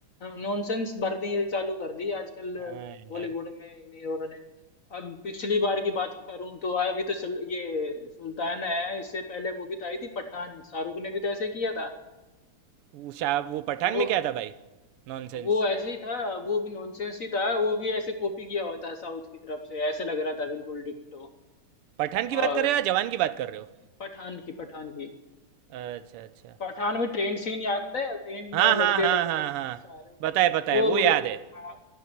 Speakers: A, on the left (about 50°); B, on the right (about 85°).
A: नॉनसेंस भरनी ये चालू कर दी आजकल
B: हाँ यार
A: बॉलीवुड में इन हीरो ने अब पिछली बार की बात करूं तो अभी तो सल, ये सुल्तान आया है इससे पहले वो भी तो आई थी पठान शाहरुख ने भी तो ऐसे किया था
B: वो शाह वो पठान
A: वो
B: में क्या था भाई नॉनसेंस
A: वो ऐसे ही था वो भी नॉनसेंस ही था वो भी ऐसे कॉपी किया हुआ था साउथ की तरफ से ऐसे लग रहा था बिल्कुल डिट्टो
B: पठान की
A: और
B: बात कर रहे हो या जवान की बात कर रहे हो
A: पठान की पठान की
B: अच्छा अच्छा
A: पठान में ट्रेन सीन याद है ट्रेन
B: हाँ
A: में लड़ते
B: हाँ हाँ
A: हैं दोनों
B: हाँ
A: सलमान
B: हाँ
A: से
B: पता है पता
A: वो
B: है वो याद है
A: हाँ